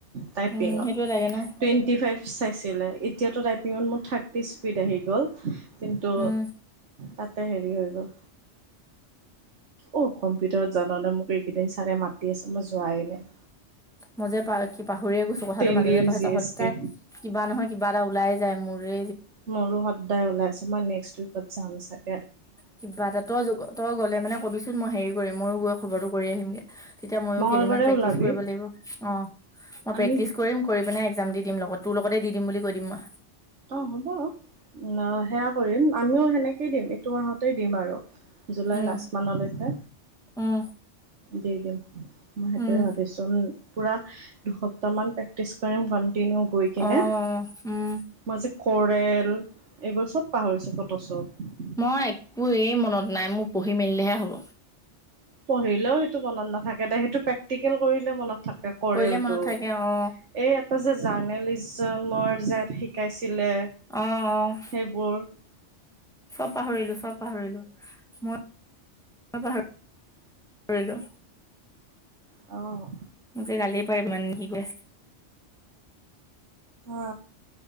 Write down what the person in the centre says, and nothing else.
উম সেইটোয়ে লাগে ন
উম
মজে পাৰ কি পাহৰিয়ে গৈছো কথাটো
মাজে মাজে পাহৰিছোঁ,
সদায়
কিবা নহয় কিবা এটা ওলাইে যায় মোৰে
কিবা এটা ত তই গ'লে মানে কবিচোন মই হেৰি কৰিম ময়ো গৈ খবৰটো কৰি আহিমগে। তেতিয়া মইও
কেদিনমান প্ৰেক্টিছ
কৰিব লাগিব। অহ মই
প্ৰেক্টিছ কৰিম কৰি পেনাই একজাম দি দিম লগত তোৰ লগতে দি দিম বুলি কৈ দিম মই।
উম
উম
উম
অ উম
মই একোৱে মনত নাই মোৰ পঢ়ি মেলিলেহে হ'ব।
কৰিলে মনত থাকে অ
অ অ।
চব পাহৰিলো চব পাহৰিলো মই পাহৰিলো।
মোক যে গালি পাৰে <unintelligible> সি যে